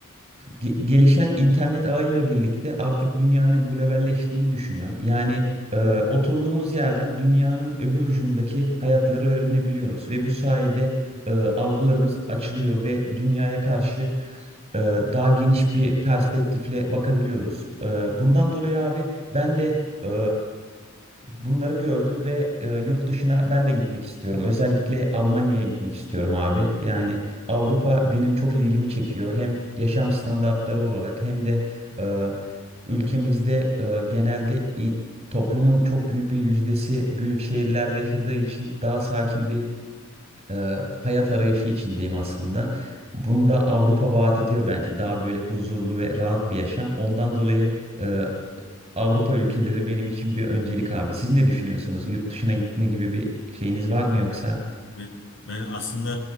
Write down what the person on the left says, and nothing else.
Ve ben aslında